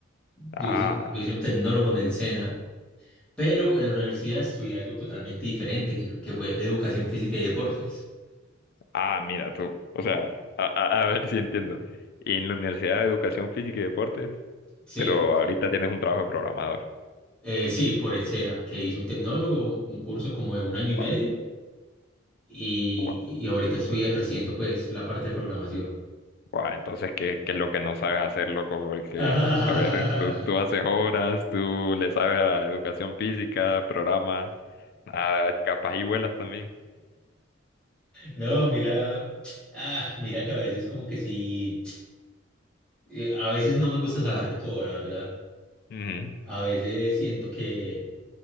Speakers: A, on the left; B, in the centre.
A: Ah,
B: Yo hice, yo hice un tecnólogo en el SENA, pero en la universidad estudié algo totalmente diferente, que, que fue educación física y deportes.
A: ah, mira tú. O sea, a, a- a ver <laughs> si entiendo. En la Universidad de Educación Física y Deportes,
B: Sí,
A: pero ahorita tienes un trabajo de programador.
B: eh, sí, por el SENA, que hice un tecnólogo, un curso como de un año y medio.
A: Wow,
B: y,
A: wow,
B: y ahorita estoy ejerciendo pues la parte de programación.
A: wow. Entonces, ¿qué, qué es lo que no sabes hacer, loco? Porque,
B: <laughs>
A: a ver, tú, tú haces horas, tú le sabes a educación física, programas, ah, capaz y vuelas también.
B: No, mira, ah, mira que a veces como que sí, eh, a veces no me gusta saber de todo, la verdad.
A: Ujú,
B: A veces siento que,